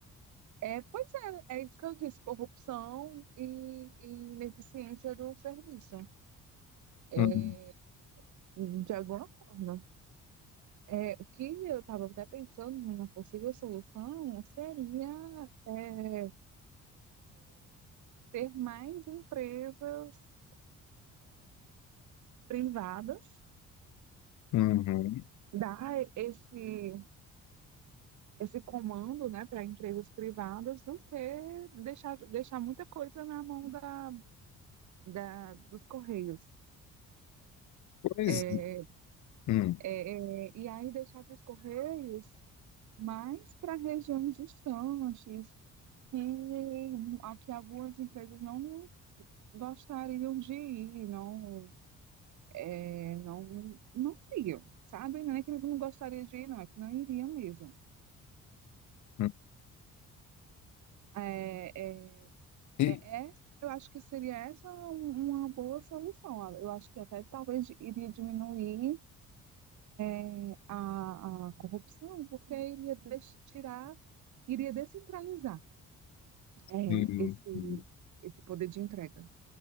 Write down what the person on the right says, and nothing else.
É, pois é, é isso que eu disse, corrupção e, e ineficiência do serviço, é,
de alguma forma. É, o que eu estava até pensando numa possível solução seria é, ter mais empresas privadas,
dar esse, esse comando, né, para empresas privadas, do que deixar, deixar muita coisa na mão da, da, dos Correios.
É,
É, é, e aí deixar para os Correios mais para regiões distantes, que aqui algumas empresas não gostariam de ir, não, é, não, não iriam, sabe? Não é que não gostaria de ir, não, é que não iriam mesmo.
É, é, é,
é- eu acho que seria essa um- uma boa solução. Eu acho que até talvez iria diminuir é, a, a corrupção, porque iria deix- tirar, iria descentralizar é,
esse,
esse poder de entrega.